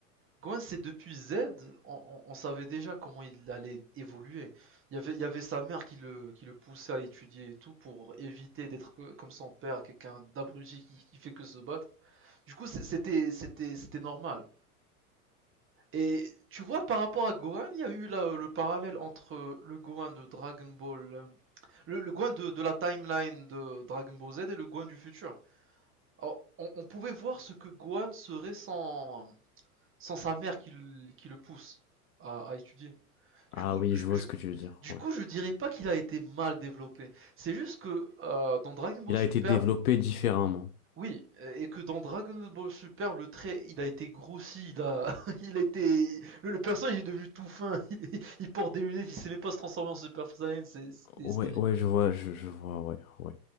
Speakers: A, on the right (about 25°); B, on the left (about 70°).
A: Gwen, c'est depuis Z, on, on- on savait déjà comment il allait évoluer. Il y avait, il y avait sa mère qui le, qui le poussait à étudier et tout pour éviter d'être comme son père, quelqu'un d'abruti qui, qui fait que se battre. Du coup, c'était, normal. Et tu vois, par rapport à Gohan, il y a eu là, euh, le parallèle entre euh, le Gohan de Dragon Ball, euh, le, le Gohan de, de la timeline de Dragon Ball Z et le Gohan du futur. Alors, on, on pouvait voir ce que Gohan serait sans, sans sa mère qui, le- qui le pousse à, à étudier
B: Ah
A: Du coup,
B: oui,
A: je,
B: je vois
A: je,
B: ce que tu veux dire.
A: du
B: Ouais.
A: coup, je dirais pas qu'il a été mal développé. C'est juste que euh, dans Dragon Ball
B: Il
A: Super,
B: a été développé différemment.
A: oui, euh, et que dans Dragon Ball Super, le trait, il a été grossi, il a, <laughs> il a été, le, le personnage il est devenu tout fin. <laughs> Il, il, porte des lunettes, il sait même pas se transformer en Super Saiyan, c'est- c'était
B: Ouais,
A: c'était ridicule.
B: ouais, je vois, je, je vois, ouais, ouais.